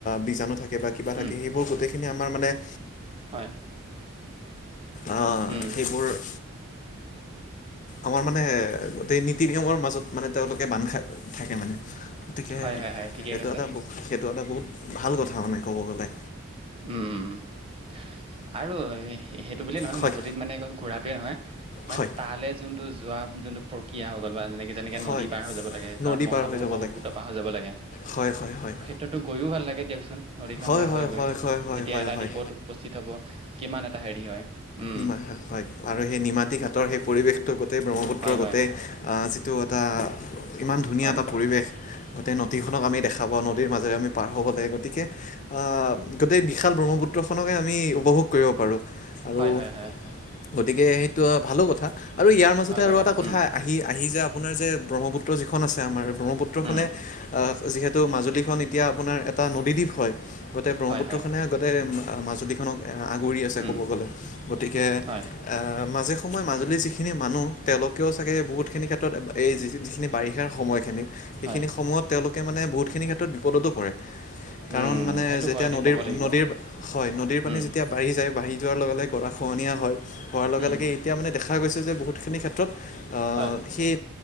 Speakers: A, on the left; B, on the right.
A: বীজাণু থাকে বা কিবা থাকে
B: উম
A: সেইবোৰ গোটেইখিনি আমাৰ মানে-
B: হয়
A: আহ'
B: উম
A: তুমি সেইবোৰ- আমাৰ মানে গোটেই নীতি-নিয়মৰ মাজত মানে তেওঁলোকে বান্ধ খায় থাকে মানে গতিকে
B: হয় হয় হয় ঠিকে
A: সেইটো
B: কৈছে
A: এটা ব সেইটো এটা বহুত ভাল কথা মানে ক'ব গ'লে।
B: উমঁ উমঁ উমঁ আৰু সেইটো বুলিয়েই নহয়
A: হয়
B: মাজুলীত মানে ঘুৰাটোৱে নহয়। মানে
A: হয়
B: তালে যোনটো যোৱা যোনটো প্ৰক্ৰিয়া হৈ গ'ল বা যেনেকৈ যেনেকৈ
A: হয়
B: নদী পাৰ হৈ যাব লাগে
A: নদী
B: কাৰণ মহাবহু
A: পাৰ হৈ যাব
B: ব্ৰহ্মপুত্ৰ
A: লাগে
B: পাৰ হৈ যাব লাগে।
A: হয় হয় হয়।
B: তাতো গৈও ভাল লাগে দিয়কচোন। নদীখন
A: হয়
B: পাৰ
A: হয়
B: হৈ গৈ
A: হয় হয় হয়
B: যেতিয়া
A: হয়
B: এটা
A: হয়।
B: দ্বীপত উপস্থিত হ'ব কিমান এটা হেৰি হয়। উমঁ।
A: নিমা হয় আৰু সেই নিমাতী ঘাটৰ সেই পৰিৱেশটো গোটেই ব্ৰহ্মপুত্ৰ
B: হয় হয়
A: গোটেই আহ' যিটো এটা ইমান ধুনীয়া
B: হয়
A: এটা পৰিৱেশ তাতে নদীখনক আমি দেখা পাওঁ, নদীৰ মাজেৰে আমি পাৰ হ'ব লাগে। গতিকে আহ' গোটেই বিশাল ব্ৰহ্মপুত্ৰখনকে আমি উপভোগ কৰিব পাৰোঁ। আৰু
B: হয় হয় হয়।
A: গতিকে সেইটো ভালো কথা আৰু ইয়াৰ মাজতে
B: ভাল
A: আৰু এটা কথা-
B: উম,
A: আহি আহি যে আপোনাৰ যে ব্ৰহ্মপুত্ৰ যিখন আছে আমাৰ ব্ৰহ্মপুত্ৰখনে
B: উম,
A: আহ' যিহে তু মাজুলীখন এতিয়া আপোনাৰ এটা নদীদ্বীপ হয়, গোটেই ব্ৰহ্মপুত্ৰখনে
B: হয়, হয়,
A: গোটেই মাজুলীখনক আগুৰি আছে
B: উম,
A: ক'ব গ'লে। গতিকে
B: হয়,
A: আহ' মাজে সময়ে মাজুলীৰ যিখিনি মানুহ তেওঁলোকেও চাগে বহুতখিনি ক্ষেত্ৰত এই যি যিখিনি বাৰিষাৰ সময়- সেইখিনি
B: হয়,
A: সময়ত তেওঁলোকে মানে বহুতখিনি ক্ষেত্ৰত বিপদতো পৰে। কাৰণ
B: উম,
A: মানে
B: সেইটো
A: যেতিয়া
B: হয় দেই
A: নদীৰ
B: ক'ব লাগিব।
A: নদীৰ হয়, নদীৰ পানী
B: উম,
A: এতিয়া বাঢ়ি যায় বাঢ়ি যোৱাৰ লগে লগে গৰা খহনীয়া হয়, হোৱাৰ লগে
B: উম,
A: লগে এতিয়া মানে দেখা গৈছে যে বহুতখিনি ক্ষেত্ৰত
B: হয়,
A: সেই